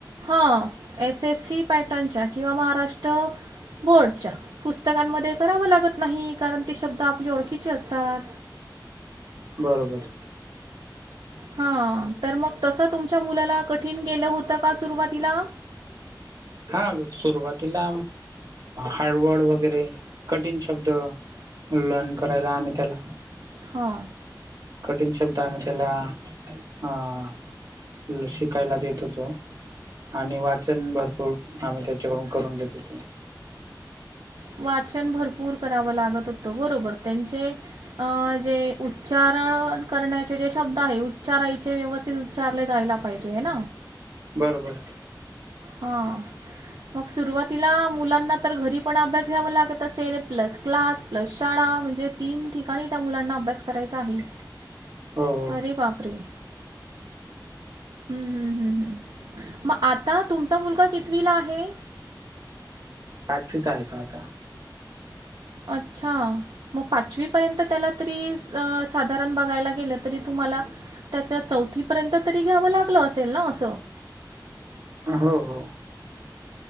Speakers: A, on the right; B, on the right.
A: हा, एस एस सी पॅटर्नच्या किंवा महाराष्ट्र. बोर्डच्या, पुस्तकांमध्ये कराव लागत नाही. कारण ती शब्द आपली ओळखीचे असतात.
B: बरोबर.
A: हां, तर मग तसं तुमच्या मुलाला कठीण गेलं होतं, का सुरुवातीला.
B: हा सुरुवातीला हाडवर्ल्ड वगैरे. कठीण शब्द, लन करायला आम्ही त्याला.
A: हा.
B: कठीण शब्द आम्ही त्याला, अ- शिकायला देत होतो. आणि वाचन भरपूर आम्ही, त्यांच्याकडून करून घेत होतो.
A: वाचन भरपूर करावं लागत होतं. बरोबर त्यांचे, जे उच्चारण करण्याचे जे शब्द आहे, उच्चारायचे व्यवस्थित उच्चारले जायला पाहिजे हेना.
B: बरं बरं.
A: हा, मग सुरुवातीला मुलांना तर, घरी पण अभ्यास घ्याव लागत असेल प्लस. क्लास प्लस शाळा म्हणजे, तीन ठिकाणी त्या मुलांना अभ्यास करायचा आहे.
B: <inaudible> हो
A: अरे बाप रे. हम्म हम्म हम्म हम्म मग आता तुमचा मुलगा कितवीला आहे.
B: पाचवीत आहे, तो आता.
A: अच्छा. ‌ मग पाचवीपर्यंत त्याला तरी, साधारण बघायला गेलं तरी तुम्हाला. तस चौथीपर्यंत तरी घ्यावं, लागलं असेल ना असं.
B: हा हो हो.